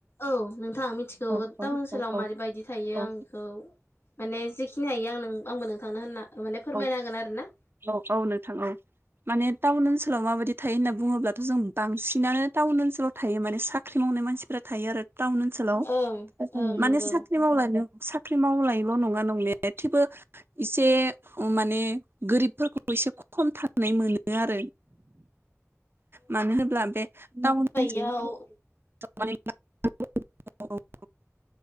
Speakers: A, on the left; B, on the right.
A: औ नोंथां मिथिगौ
B: औ औ
A: टाउन ओनसोलाव
B: औ औ
A: माबै बायदि थायो
B: औ
A: आं बेखौ माने जेखिनि हायो आं आंबो नों थांनो होनना माने फोरमायना
B: औ
A: हागोन आरो ना
B: औ औ नोंथां औ माने टाउन ओनसोलाव माबायदि थायो होनना बुङोब्लाथ' जों बांसिनानो टाउन ओनसोलाव थायो माने साख्रि मावनाय मानसिफोरा थायो आरो टाउन ओनसोलाव
A: ओं ओं नंगौ
B: माने साख्रि मावलाय साख्रि मावलायल' नङा न माने थेवबो एसे माने गोरिबफोरखौ एसे खम थानाय मोनो आरो मानो होनोब्ला बे टाउन ओनसो
A: याव
B: <unintelligible>